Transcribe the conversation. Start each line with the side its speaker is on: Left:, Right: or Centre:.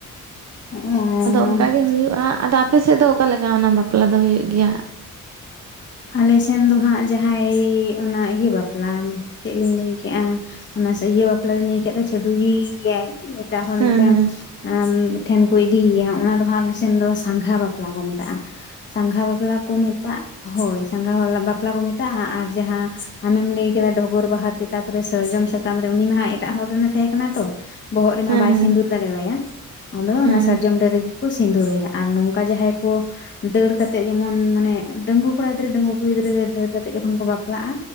Left: ᱦᱚᱸ ᱦᱚᱸ ᱦᱚ
Right: ᱚᱱᱠᱟ
Left: ᱸ ᱾
Right: ᱦᱩᱭᱩᱜᱼᱟ ᱾ ᱟᱫᱚ ᱟᱯᱮ ᱥᱮᱫ ᱫᱚ ᱚᱠᱟ ᱞᱮᱠᱟ ᱚᱱᱟ ᱵᱟᱯᱞᱟ ᱫᱚ ᱦᱩᱭᱩᱜ ᱜᱮᱭᱟ?
Left: ᱟᱞᱮ ᱥᱮᱱ ᱫᱚ ᱦᱟᱸᱜ ᱡᱟᱦᱟᱸᱭ ᱚᱱᱟ ᱤᱭᱟᱹ ᱵᱟᱯᱞᱟ᱾ ᱪᱮᱫ ᱞᱤᱧ ᱞᱟᱹᱭᱠᱮᱜᱼᱟ? ᱚᱱᱟ ᱥᱮ ᱤᱭᱟᱹ ᱵᱟᱯᱞᱟ ᱞᱤᱧ ᱞᱟᱹᱭ ᱠᱮᱫ ᱫᱚ ᱪᱷᱟᱹᱰᱣᱤ ᱜᱮᱭᱟᱭ, ᱮᱴᱟᱜ ᱦᱚᱲ
Right: ᱦᱮᱸ
Left: ᱢᱤᱫᱴᱟᱝ-ᱼ
Right: ᱦᱮᱸ
Left: ᱥᱢ ᱴᱷᱮᱱ ᱠᱚ ᱤᱫᱤᱭᱟ ᱚᱱᱟ ᱫᱚ ᱦᱟᱸᱜ ᱟᱞᱮ ᱥᱮᱱ ᱫᱚ ᱥᱟᱸᱝᱜᱷᱟ ᱵᱟᱯᱞᱟ ᱠᱚ ᱢᱮᱛᱟᱜᱼᱟ᱾ ᱥᱟᱸᱝᱜᱷᱟ ᱵᱟᱯᱞᱟ ᱠᱚ ᱢᱮᱛᱟᱜ ᱦᱳᱭ ᱥᱟᱸᱜᱷᱟᱣᱟᱞᱟ ᱵᱷᱟᱯᱞᱟ ᱵᱟᱯᱞᱟ ᱠᱚ ᱢᱮᱛᱟᱜᱼᱟ ᱟᱨ ᱡᱟᱦᱟᱸ ᱟᱢᱮᱢ ᱞᱟᱹᱭ ᱠᱮᱫᱟ ᱰᱚᱜᱚᱨ ᱵᱟᱦᱟ ᱛᱟᱯᱚᱨᱮ ᱥᱟᱨᱡᱚᱢ ᱥᱟᱠᱟᱢ ᱨᱮ ᱩᱱᱤ ᱢᱟ ᱦᱟᱸᱜ ᱮᱴᱟᱜ ᱦᱚᱲ ᱨᱮᱱ ᱛᱟᱦᱮᱸ ᱠᱟᱱᱟ ᱛᱚ ᱵᱚᱦᱚᱜ ᱨᱮᱢᱟ
Right: ᱦᱮᱸ
Left: ᱵᱟᱭ ᱥᱤᱸᱫᱩᱨ ᱫᱟᱲᱮᱣᱟᱭᱟ ᱟᱫᱚ
Right: ᱦᱮᱸ ᱦᱮᱸ
Left: ᱚᱱᱟ ᱥᱟᱨᱡᱚᱢ ᱰᱟᱹᱨ ᱨᱮᱜᱮᱠᱚ ᱥᱤᱸᱫᱩᱨᱭᱟ ᱟᱨ ᱱᱚᱝᱠᱟ ᱡᱟᱦᱟᱸᱭ ᱠᱚ ᱫᱟᱹᱲ ᱠᱟᱛᱮᱜ ᱡᱮᱢᱚᱱ ᱢᱟᱱᱮ ᱰᱟᱹᱜᱩᱣᱟᱹ ᱠᱚᱲᱟ ᱜᱤᱫᱽᱨᱟᱹ ᱰᱟᱹᱜᱩᱣᱟᱹ ᱠᱩᱲᱤ ᱜᱤᱫᱽᱨᱟᱹ ᱫᱟᱹᱲ ᱠᱟᱛᱮᱜ ᱡᱚᱠᱷᱚᱱ ᱠᱚ ᱵᱟᱯᱞᱟᱜᱼᱟ